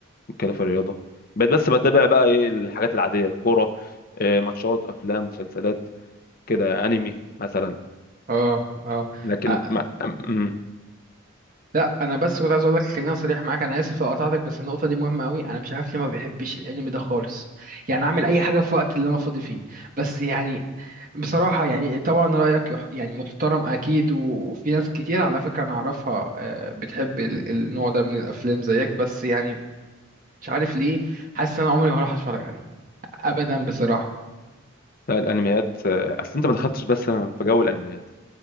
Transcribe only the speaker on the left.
كده في الرياضه بقيت بس بتابع بقى ايه الحاجات العاديه الكوره إيه، ماتشات افلام مسلسلات كده انمي مثلا
لكن
ما
أم- أمم،
لا الانميات آه، اصل انت ما دخلتش بس في جو الانميات دي